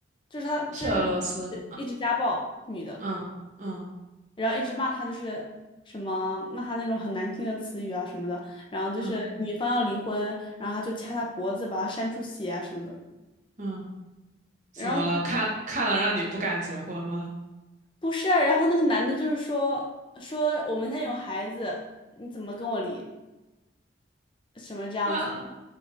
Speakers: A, on the left; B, on the right.
A: 就是他就是一直一直家暴女的，
B: 是俄罗斯，嗯嗯
A: 然后一直骂他就是什么骂他那种很难听的词语啊什么的，然后就是女方要离婚，
B: 嗯嗯嗯。
A: 然后他就掐他脖子把他扇出血啊什么的。
B: 嗯怎么了？
A: 然后
B: 看看了让你不敢结婚吗？
A: 不是啊，然后那个男的就是说说我们现在有孩子，你怎么跟我离？什么这样子。
B: 那